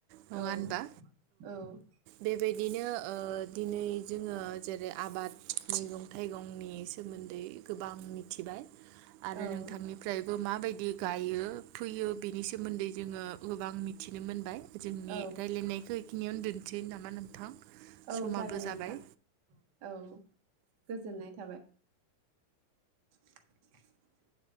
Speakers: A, on the right; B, on the right.
A: नङा
B: औ
A: होनबा
B: औ
A: बेबायदिनो ओ दिनै जोङो जेरै आबाद मैगं थाइगंनि सोमोन्दै गोबां मिथिबाय
B: औ
A: आरो नोंथांनिफ्राय बो माबायदि गायो फैयो बिनि सोमोन्दै जोङो गोबां मिथिनो मोनबाय जोंनि
B: औ
A: रायजलायनायखौ बेखिनियावनो दोनसै नामा नोंथां
B: औ
A: समाबो
B: जागोन नोंथां
A: जाबाय
B: औ गोजोननाय थाबाय। <inaudible>